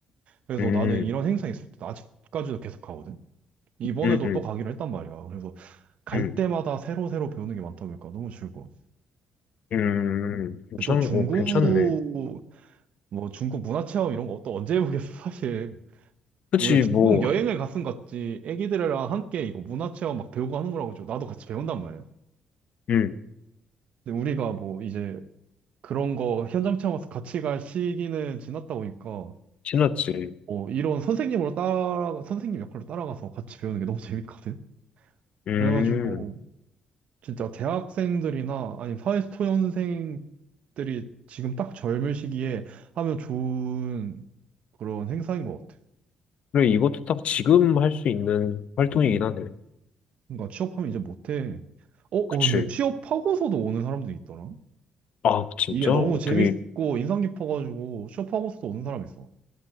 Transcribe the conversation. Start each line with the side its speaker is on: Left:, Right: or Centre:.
Right: 그래서
Left: 음,
Right: 나는 이런 행사 있을 때 아직까지도 계속 가거든. 이번에도
Left: 음, 음,
Right: 또 가기로 했단 말이야. 그래서 갈
Left: 음,
Right: 때마다 새로 새로 배우는 게 많다 보니까 너무 즐거워.
Left: 음, 괜찮,
Right: 근데 또 중국
Left: 어, 괜찮네.
Right: 뭐 중국 문화 체험 이런 거 또 언제 해보겠어 사실.
Left: 그치,
Right: 우리 중국
Left: 뭐,
Right: 여행을 갔음 같지 애기들이랑 함께 이거 문화 체험 막 배우고 하는 거라고 좀 나도 같이 배운단 말이야.
Left: 음,
Right: 근데 우리가 뭐 이제 그런 거 현장 체험 와서 같이 갈 시기는 지났다 보니까
Left: 지났지.
Right: 뭐 이런 선생님으로 따라 선생님 역할로 따라가서 같이 배우는 게 너무 재밌거든.
Left: 음,
Right: 그래가지고 진짜 대학생들이나 아니 사회초년생들이 지금 딱 젊을 시기에 하면 좋은 그런 행사인 것 같아.
Left: 그래, 이것도 딱 지금 할 수 있는 활동이긴 하네.
Right: 그러니까 취업하면 이제 못해. 어, 어,
Left: 그치.
Right: 근데 취업하고서도 오는 사람들이 있더라.
Left: 아, 진짜?
Right: 이게 너무
Left: 어,
Right: 재밌고
Left: 되게,
Right: 인상 깊어가지고 취업하고서도 오는 사람 있어.